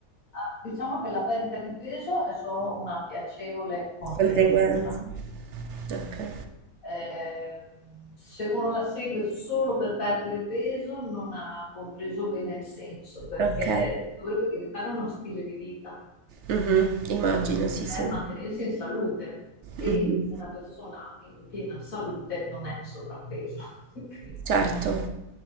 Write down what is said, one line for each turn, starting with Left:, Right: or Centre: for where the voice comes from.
Left: Ah, diciamo che la perdita di peso è solo una piacevole conseguenza.
Right: Conseguenze. Ok.
Left: Eh, se uno la segue solo per perdere peso, non ha compreso bene il senso, perché
Right: Ok.
Left: dovrebbe diventare uno stile di vita
Right: Mhm, Immagino, sì,
Left: per
Right: sì.
Left: mantenersi in salute e
Right: Mhm,
Left: una persona in piena salute non è sovrappeso. <laughs> Quindi,
Right: Certo,